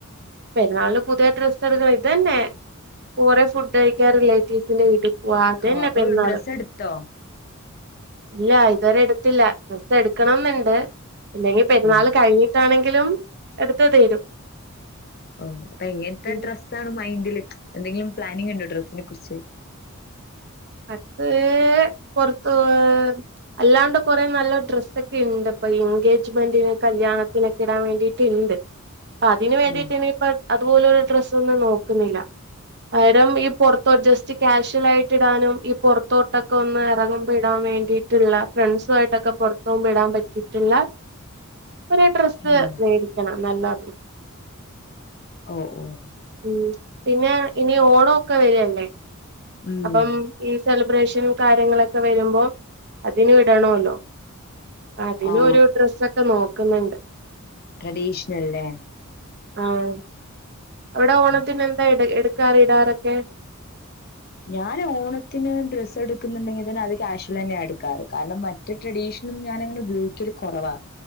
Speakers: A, on the right; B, on the left.
A: പെരുന്നാളില് പുതിയ ഡ്രസ്സ് എടുക്കണം ഇത് തന്നെ കുറെ ഫുഡ് കഴിക്കാ റിലേറ്റീവ്സിന്റെ വീട്ടിൽ പോവാ ഇതന്നെ
B: ഓ അപ്പൊ
A: പെരുന്നാള്
B: ഡ്രസ്സ് എടുത്തോ
A: ഇല്ല ഇതുവരെ എടുത്തില്ല ട്രസ്സ് എടുക്കണംന്ന്ണ്ട് ഇല്ലെങ്കിൽ പെരുന്നാൾ
B: ഉം
A: കഴിഞ്ഞിട്ടാണെങ്കിലും എടുത്ത് തീരു
B: ഓ ഹ്അപ്പൊ എങ്ങനത്തെ
A: ഉം
B: ഡ്രസ്സാണ് മൈന്ഡില് എന്തെങ്കിലും പ്ലാനിങ് ഉണ്ടോ ഡ്രസ്സിനെ കുറിച്ച്
A: അത് പുറത്തോ അല്ലാണ്ട് കൊറെ നല്ല ഡ്രസ്സൊക്കെ ഉണ്ട് ഇപ്പൊ എൻഗേജ്മെന്റിന് കല്യാണത്തിനൊക്കെ ഇടാൻ വേണ്ടിയിട്ട് ഇണ്ട് അപ്പം അതിന് വേണ്ടിട്ട്
B: ഓ
A: ഇനിയിപ്പോ അതുപോലൊ ഒരു ഡ്രസ് ഒന്നും നോക്കുന്നില്ല പകരം ഈ പോറത്തോ ജസ്റ്റ് ക്യാഷ്വൽ ആയിട്ട് ഇടാനും ഈ പുറത്തോട്ടൊക്കെ ഒന്ന് എറങ്ങുമ്പം ഇടാൻ വേണ്ടിയിട്ടുള്ള ഫ്രണ്ട്സു ആയിട്ടൊക്കെ പുറത്തോവുമ്പോ ഇടാൻ പറ്റി ട്ടുള്ള ഒരു ഡ്രസ്സ്
B: ഓ
A: മേടിക്കണം നല്ലത്
B: ഓഹ് ഓഹ്
A: ഉം പിന്നെ ഇനി ഓണോക്കെ വരുവല്ലേ
B: ഉം
A: അപ്പം ഈ സെലിബ്രേഷൻ കാര്യങ്ങളൊക്കെ വരുമ്പോം അതിന് ഇടണല്ലോ അതിനും
B: ആ
A: ഒരു ഡ്രെസ്സൊക്കെ നോക്കുന്നുണ്ട്
B: ട്ട്രഡീഷണൽല്ലേ
A: ആഹ് അവിടെ ഓണത്തിന്
B: ഉം
A: എന്താ എട് എടുക്കാറ് ഇടാറൊക്കെ
B: ഞാൻ ഓണത്തിന് ഡ്രസ്സ് എടുക്കുന്നുണ്ടെങ്കിൽ തന്നെ അത് ക്യാഷൽ തന്നെ എടുക്കാറ് കാരണം മറ്റ് ട്ട്രഡീഷനൽ ഞാന അങ്ങനെ ഉപയോഗിക്കല് കൊറവാ